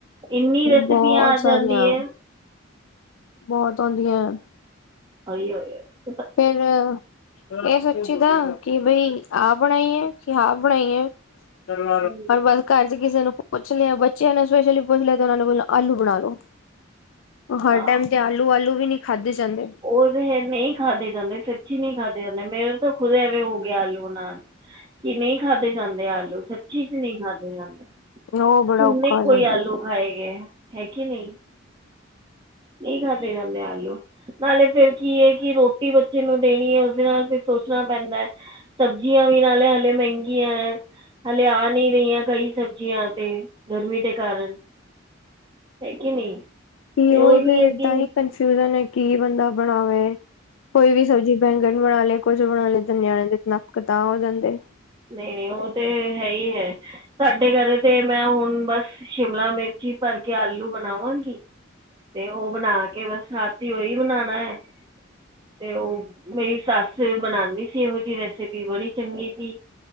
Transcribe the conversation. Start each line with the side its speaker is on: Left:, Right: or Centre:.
Right: ਇੰਨੀ ਰੈਸਪੀਆਂ
Left: ਬਹੁਤ
Right: ਆ
Left: ਸਾਰੀਆਂ
Right: ਜਾਂਦੀ ਹੈ।
Left: ਬਹੁਤ ਆਉਂਦੀਆਂ ਹੇ।
Right: ਆ ਆ।
Left: ਫਿਰ ਇਹ ਸੋਚੀ ਦਾ ਕਿ ਬਈ ਆਪ ਬਣਾਈ ਹੈ ਕਿ ਆਪ ਬਣਾਈ ਹੈ। ਰ
Right: ਹਮ,
Left: ਬਸ ਘਰ ਚ ਕਿਸੇ ਨੂੰ ਪੁੱਛ ਲਿਆ ਬੱਚਿਆਂ ਨੂੰ ਸਪੈਸ਼ਲੀ ਪੁੱਛ ਲਿਆ ਤੇ ਉਹਨਾ ਨੇ ਬੋਲਣਾ ਆਲੂ ਬਣਾ ਲੋੋ। ਹਰ
Right: ਹਾਂ
Left: ਟਾਈਮ ਦੇ ਆਲੂ ਆਲੂ ਵੀ ਨਹੀਂੀ ਖਾਧੇ ਜਾਂਦੇ।
Right: ਉਹ ਨਹੀਂ ਖਾਦੇ ਜਾਂਦੇ ਸਚੀ ਨਹੀਂ ਖਾਦੇ ਜਾਂਦੇ ਮੇਰ। ਤਾਂ ਖੁਦ ਐਵੇਂ ਹੋ ਗਿਆ ਆਲੂ ਨਾਲ ਕੀ ਨਹੀਂ ਖਾਧੇ ਜਾਂਦੇ ਆਲੂ। ਸੱਚੀ ਚ ਨਹੀਂ ਖਾਦੇ ਜਾਂਦੇ
Left: ਉਹ ਬੜਾ
Right: ਕਿੰਨੇ
Left: ਔਖਾ ਹੋ
Right: ਕੋਈ
Left: ਜਾਂਦਾ
Right: ਆਲੂ ਖਾਏ ਗਏ ਹੈ ਕੇ ਨਹੀਂ ਨਹੀਂ ਖਾਦੇ ਜਾਂਦੇ ਆਲੂ। ਨਾਲੇ ਫੇਰ ਕੀ ਏ, ਕਿ ਰ੍ਹੋਟੀ ਬੱਚੇ ਨੂੰ ਦੇਣੀ ਏ, ਉਸਦੇ ਨਾਲ ਫਿਰ ਸੋਚਣਾ ਪੈਂਦਾ ਸਬਜ਼ੀਆਂ ਵੀ ਨਾਲੇ ਹਲੇ ਮਹਿੰਗੀਆਂ ਐ, ਹਲੇ ਆ ਨਹੀਂ ਰਹੀਆਂ ਕਈ ਸਬਜ਼ੀਆਂ ਤੇ। ਗਰਮੀ ਦੇ ਕਾਰਨ, ਹੈ ਕਿ ਨਹੀਂ। ਅਤੇ
Left: ਕੀ ਓਹੀ
Right: ਉਹੀ
Left: ਤੇ,
Right: ਹੈ ਕਿ
Left: ਤਾਂਈ ਪੰ ਕੰਨਫਉਜਨ ਏ ਕੀ ਬੰਦਾ ਬਣਾਵੇ, ਕੋਈ ਵੀ ਸਬਜ਼ੀ ਬੈਂਗਣ ਬਣਾਲੇ, ਕੁਛ ਬਣਾਲੇ ਨਿਆਣੇ ਤੇ ਇਤਨਾ ਕਤਾ ਹੋ ਜਾਂਦੇ।
Right: ਨਹੀਂ-ਨਹੀਂ, ਓਹ ਤੇ, ਹੈਹੀ ਹੈ। ਸਾਡੇ ਘਰੇ ਤੇ, ਮੈਂ ਹੁਣ ਬਸ ਸ਼ਿਮਲਾ ਮਿਰਚੀ, ਭਰਕੇ ਆਲੂ ਬਣਾਵਾਂਗੀ। ਤੇ ਉਹ ਬਣਾਕੇ ਬਸ, ਰਾਤੀ ਓਹੀ ਬਣਾਣਾ ਹੈ। ਤੇ ਉਹ, ਮੇਰੀ ਸੱਸ ਬਣਾਂਦੀ ਸੀ, ਇਹੋ ਜਿਹੀ ਰੈਸਿਪੀ ਬੜੀ ਚੰਗੀ ਸੀ।